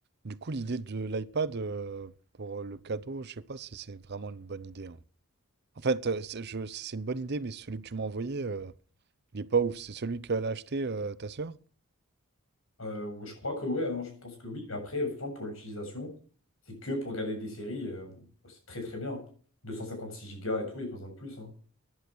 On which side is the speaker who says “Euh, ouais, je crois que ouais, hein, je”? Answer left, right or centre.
Left